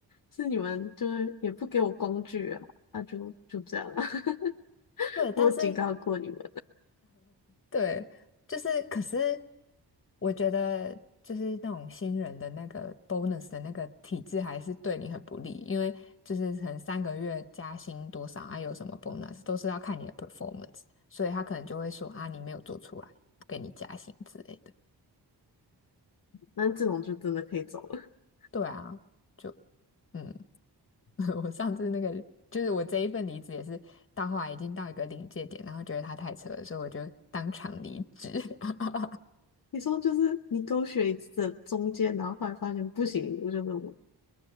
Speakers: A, on the left; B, on the left.
A: 是你们就是也不给我工具啊，那就就这样啊，<laughs>
B: 对，但是
A: 我警告过你们。
B: 对，就是，可是我觉得，就是那种新人的那个 bonus 的那个体制还是对你很不利，因为就是可能三个月加薪多少啊，有什么 bonus 都是要看你的 performance，所以他可能就会说啊，你没有做出来，不给你加薪之类的。
A: 那这种就真的可以走了。<laughs>
B: 对啊，就嗯，<laughs> 我上次那个就是我这一份离职也是到后来已经到一个临界点，然后觉得他太扯了，所以我就当场离职。<laughs>
A: 你说就是你勾选一次的中间，然后后来发现不行，我就是我